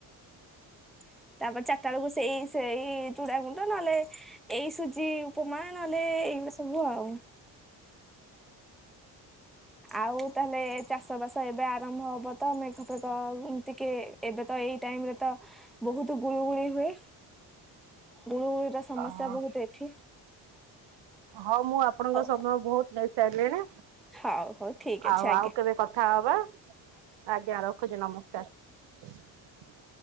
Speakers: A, in the centre; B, on the right.
A: ହୁଁ ତାପରେ ଚାରିଟା ବେଳକୁ ସେଇ ସେଇ ସେଇ ଚୁଡ଼ାଗୁଣ୍ଡ ନହେଲେ ଏଇ ସୁଜି ଉପମା ନହେଲେ ଏଗୁଡା ସବୁ ଆଉ ଆଉ ତାହେଲେ ଚାଷ ବାସ ଏବେ ଆରମ୍ଭ ହବ ତ ମେଘ ପବ ଆଉ ଏମ୍ ତେ କେ ଏବେ ତ ଏଇ ଟାଇମ୍ ରେ ତ ବହୁତ୍ ଗୁଳୁ ଗୁଳି ହୁଏ । ଗୁଳୁଗୁଳିର
B: ହଁ
A: ସମସ୍ୟା ବହୁତ ଏଠି
B: ହଁ ମୁଁ ଆପଣଙ୍କ
A: ହଉ
B: ସମୟ ବହୁତ୍ ହେଲ୍ପ୍ ଚାଲେନା
A: ହଉ ହଉ ଠିକ
B: ଆଉ
A: ଅଛି ଆଜ୍ଞା
B: ଆଉ କେବେ କଥା ହବା ଆଜ୍ଞା ରଖୁଛି ନ ମୁ କ୍ୟାସ୍ <inaudible>